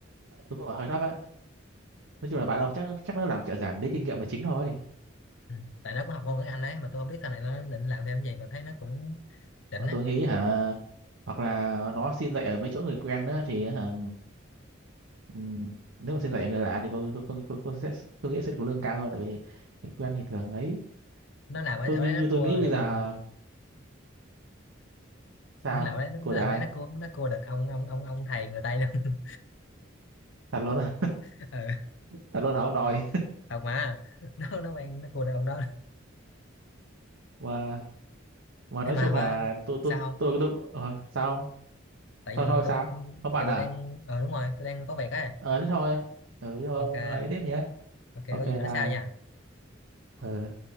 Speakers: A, on the right; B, on the left.
A: đúng rồi hơi thấp á nói chung là bạn ông chắc chắc nó làm trợ giảng lấy kinh nghiệm là chính thôi
B: ừ. tại nó cũng học ngôn ngữ Anh ấy mà tôi không biết sau này nó định làm thêm gì mà thấy nó cũng đỉnh
A: Bọn
B: ấy
A: tôi nghĩ hả hoặc là nó xin dạy ở mấy chỗ người quen á, thì hả ừm, nếu mà xin dạy ở người lạ thì có có có, có, có sẽ tôi nghĩ sẽ được lương cao hơn tại vì người quen thì thường ấy
B: nó làm ở
A: tôi
B: chỗ đấy
A: như như
B: nó
A: tôi
B: cua
A: nghĩ bây
B: được
A: giờ
B: ừ,
A: sao
B: nó làm ở đấy nó
A: của được
B: làm
A: ai
B: ở đấy nó cua nó cua được ông ông ông ông thầy người Tây luôn
A: thật luôn á,
B: <laughs> ừ
A: thật luôn hả ông nội
B: thật mà nó nó quen nó cua được ông đó
A: mà mà nói
B: Ê mà
A: chung
B: hoa
A: là tôi
B: sao
A: tôi
B: không?
A: tôi, tôi, ờ, sao
B: tại
A: thôi
B: vì
A: thôi sao
B: tôi
A: không bạn
B: giờ tôi
A: à
B: đang ờ đúng rồi tôi đang có việc ấy
A: ờ thế thôi ừ thế thôi
B: ok
A: ông ấy tiếp nhé
B: ok
A: ok
B: có gì
A: bye
B: nói sau nha
A: ừ